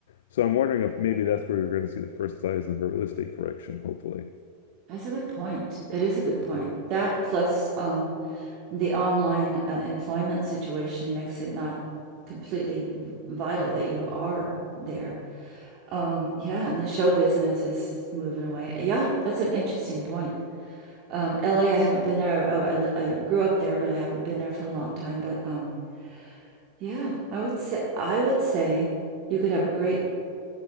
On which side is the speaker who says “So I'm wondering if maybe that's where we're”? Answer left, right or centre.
Left